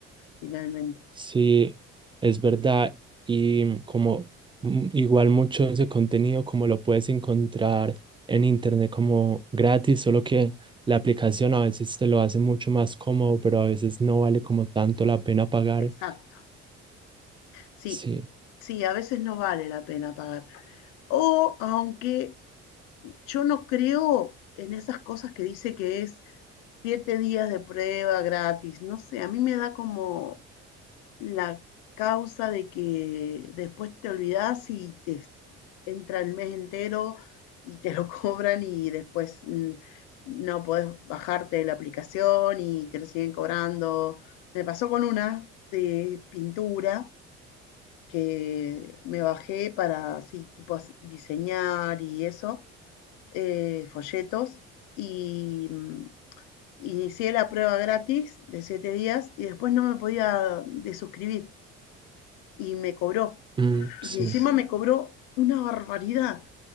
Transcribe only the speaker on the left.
finalmente.
Exacto. Sí,
sí, a veces no vale la pena pagar. O aunque Yo no creo en esas cosas que dice que es siete días de prueba gratis. No sé, a mí me da como la causa de que después te olvidas y te entra el mes entero y te lo <laughs> cobran y después mm, no podés bajarte de la aplicación y te lo siguen cobrando. Me pasó con una de pintura que me bajé para así, tipo as- diseñar y eso, eh, folletos y mm, inicié la prueba gratis de siete días y después no me podía desuscribir y me cobró.
Y encima me cobró una barbaridad